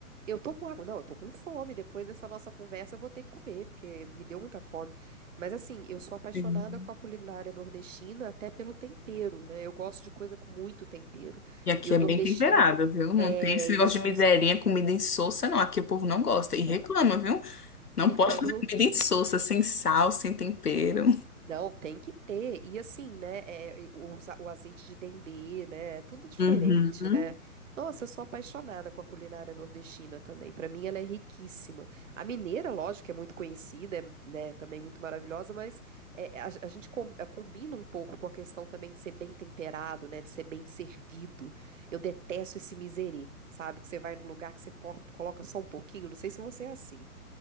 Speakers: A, on the right; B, on the left.
A: Eu tô com água, não, eu tô com fome. Depois dessa nossa conversa, eu vou ter que comer, porque me deu muita fome. Mas assim, eu sou apaixonada
B: Sim.
A: com a culinária nordestina, até pelo tempero, né? Eu gosto de coisa com muito tempero.
B: E aqui
A: E o
B: é
A: nordestino,
B: bem temperado, viu? Não
A: é,
B: tem esse
A: eles
B: negócio de
A: usam.
B: miserinha, comida insossa, não. Aqui o povo não gosta
A: Não.
B: e reclama, viu? Não
A: E
B: pode
A: quando
B: fazer
A: não
B: comida insossa, sem sal, sem tempero.
A: Não, tem que ter. E assim, né? é, o, o azeite de dendê, né? É tudo diferente,
B: Uhum.
A: né? Nossa, eu sou apaixonada com a culinária nordestina também. Para mim, ela é riquíssima. A mineira, lógico, é muito conhecida, é, né? Também muito maravilhosa, mas é, é, a, a gente com- é, combina um pouco com a questão também de ser bem temperado, né? De ser bem servido. Eu detesto esse miserê, sabe? Que você vai num lugar que você po- coloca só um pouquinho. Não sei se você é assim.